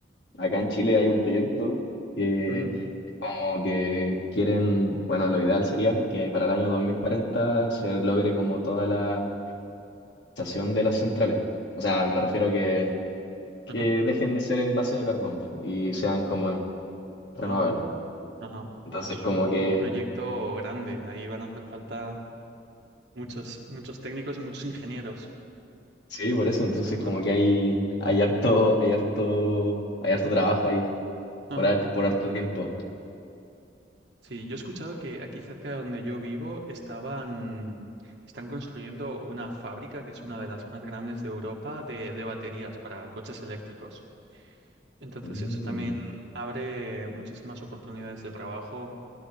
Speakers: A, on the left; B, on the right.
A: Acá en Chile hay un proyecto que
B: Ujú.
A: como que quieren, bueno, lo ideal sería que para el año 2040 se logre como toda la estación de las centrales. O sea, me refiero que que
B: Ajá.
A: dejen de ser en base a carbón y sean como
B: Ah,
A: renovables.
B: ajá.
A: Entonces,
B: Bueno, eso
A: como
B: es un,
A: que,
B: un proyecto grande. Ahí van a hacer falta muchos, muchos técnicos y muchos ingenieros,
A: sí, por eso,
B: estoy
A: entonces
B: seguro.
A: como que hay, hay harto, hay harto, hay harto trabajo ahí
B: Ajá.
A: por, har- por harto tiempo.
B: Sí, yo he escuchado que aquí cerca de donde yo vivo estaban, están construyendo una fábrica que es una de las más grandes de Europa de, de baterías para coches eléctricos. Entonces
A: Mm.
B: eso también abre muchísimas oportunidades de trabajo